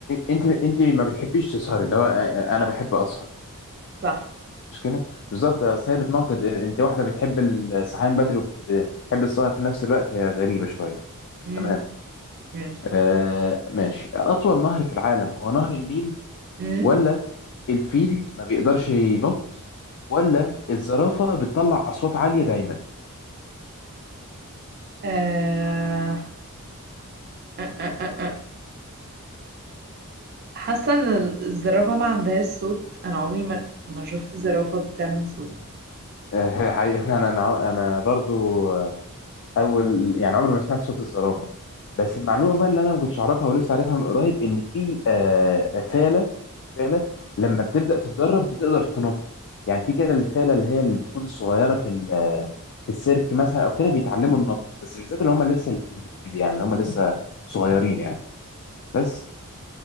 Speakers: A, on the left (about 55°); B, on the right (about 45°).
A: انت انت ما بتحبيش تسهري اللي هو آه، آه،
B: صح
A: انا بحب اسهر
B: صح.
A: مش كده بالظبط اصل هي بتناقض انت واحده بتحب الصحيان بدري وبتحب السهر في نفس الوقت هي غريبه شويه
B: ماشي.
A: تمام
B: ماشي
A: آه ماشي أطول نهر في العالم هو نهر النيل
B: امم
A: ولا الفيل ما بيقدرش ينط ولا الزرافة بتطلع أصوات عالية دايما
B: آه... آه، آه، آه، آه. حاسه ان الزرافه ما عندهاش صوت انا عمري ما ما شفت زرافه بتعمل صوت
A: آه، <laughs> حقيقة أنا أنا أنا برضو اول يعني عمري ما سمعت صوت الزرافه بس المعلومه بقى اللي انا ما كنتش اعرفها ولسه عارفها من قريب ان في آه فاله في فاله لما بتبدا تتدرب بتقدر تنط يعني في كده الفاله اللي هي اللي بتكون الصغيره في ال- في السيرك مثلا او كده بيتعلموا النط بس بالذات اللي هم لسه البيبي يعني اللي هم لسه صغيرين يعني بس